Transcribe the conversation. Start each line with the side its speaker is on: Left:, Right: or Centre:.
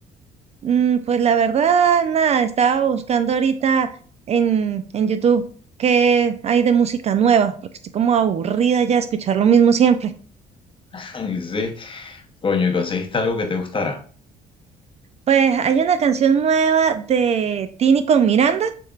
Right: Mm, pues la verdad, nada, estaba buscando ahorita en, en YouTube qué hay de música nueva, porque estoy como aburrida ya de escuchar lo mismo siempre.
Left: <laughs> Y sí, coño, ¿y conseguiste algo que te gustara?
Right: Pues hay una canción nueva de Tini con Miranda